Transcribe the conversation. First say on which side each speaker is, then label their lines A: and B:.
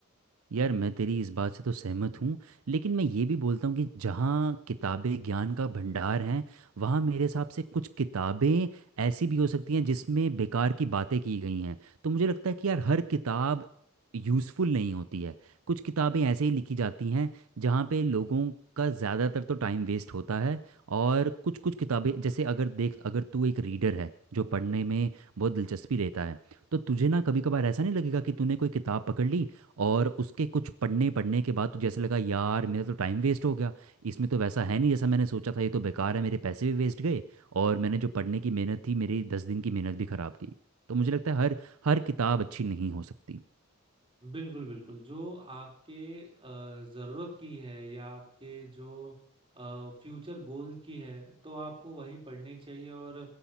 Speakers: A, on the right (about 80°); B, on the right (about 25°).
A: यार मैं तेरी इस बात से तो सहमत हूँ लेकिन मैं ये भी बोलता हूँ कि जहाँ किताबें ज्ञान का भंडार हैं वहाँ मेरे हिसाब से कुछ किताबें ऐसी भी हो सकती हैं जिसमें बेकार की बातें की गई हैं तो मुझे लगता है कि यार हर किताब यूज़फुल नहीं होती है कुछ किताबें ऐसे ही लिखी जाती हैं जहाँ पे लोगों का ज़्यादातर तो टाइम वेस्ट होता है और कुछ कुछ किताबें जैसे अगर देख अगर तू एक रीडर है जो पढ़ने में बहुत दिलचस्पी लेता है तो तुझे ना कभी कभार ऐसा नहीं लगेगा कि तूने कोई किताब पकड़ ली और उसके कुछ पढ़ने पढ़ने के बाद तुझे ऐसे लगा यार मेरा तो टाइम वेस्ट हो गया इसमें तो वैसा है नहीं जैसा मैंने सोचा था ये तो बेकार है मेरे पैसे भी वेस्ट गए और मैंने जो पढ़ने की मेहनत थी मेरी दस दिन की मेहनत भी खराब की तो मुझे लगता है हर हर किताब अच्छी नहीं हो सकती
B: बिल्कुल बिल्कुल जो आपके अ, जरूरत की है या आपके जो फ्यूचर गोल की है तो आपको वही पढ़नी चाहिए और